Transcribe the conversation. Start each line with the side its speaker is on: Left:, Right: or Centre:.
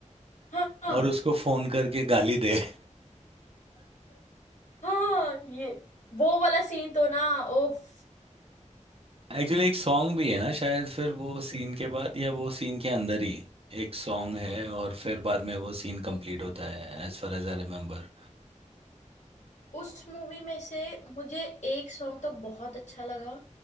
Left: हाँ हाँ
Right: और उसको फोन करके गाली दे
Left: हाँ, ये वो वाला सीन तो ना ओफ
Right: एक्चुअली एक सॉन्ग भी है ना शायद फिर वो सीन के बाद या वो सीन के अंदर ही एक सॉन्ग है और फिर बाद में वो सीन कंप्लीट होता है as far as I remember
Left: उस मूवी में से मुझे एक सॉन्ग तो बहुत अच्छा लगा